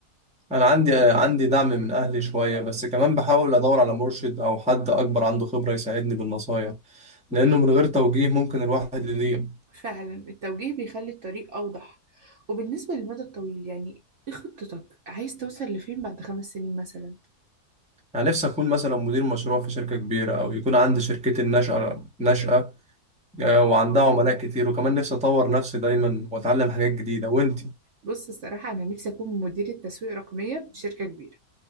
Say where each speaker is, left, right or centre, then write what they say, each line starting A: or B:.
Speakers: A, in the centre; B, on the right (about 55°).
A: أنا عندي آه، عندي دعم من أهلي شوية بس كمان بحاول أدور على مرشد أو حد أكبر عنده خبرة يساعدني بالنصايح لأنه من غير توجيه ممكن الواحد يضيع
B: فعلا التوجيه بيخلي الطريق أوضح وبالنسبة للمدى الطويل يعني ايه خطتك عايز توصل لفين بعد خمس سنين مثلا
A: أنا نفسي أكون مثلا مدير مشروع في شركة كبيرة أو يكون عندي شركتي الناشئة ناشئة آه، وعندها عملاء كتير وكمان نفسي أطور نفسي دايما وأتعلم حاجات جديدة وأنت
B: بص الصراحة أنا نفسي أكون مديرة تسويق رقمية في شركة كبيرة